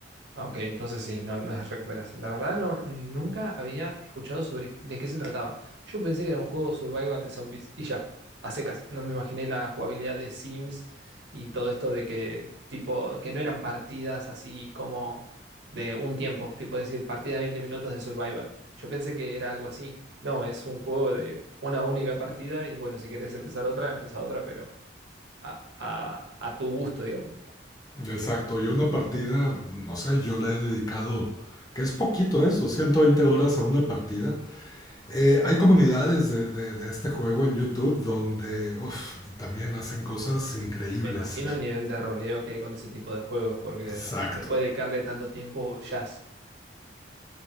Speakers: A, on the right; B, on the left.
A: Ah, Ok, entonces sí, no, no es recuperación. La verdad no, nunca había escuchado sobre de qué se trataba. Yo pensé que era un juego survival de zombies y ya, a secas. No me imaginé la jugabilidad de Sims y todo esto de que tipo que no eran partidas así como de un tiempo, tipo decir partida de 20 minutos de survival. Yo pensé que era algo así. No, es un juego de una única partida y bueno, si querés empezar otra, empezá otra, pero a, a a tu gusto, digamos.
B: exacto. Yo una partida, no sé, yo le he dedicado, que es poquito eso, 120 horas a una partida. Eh, hay comunidades de, de- de este juego en YouTube donde uf, también hacen cosas increíbles.
A: Me imagino el nivel de roleo que hay con ese tipo de juegos, porque
B: Exacto.
A: después de dedicarle tanto tiempo, ya, s-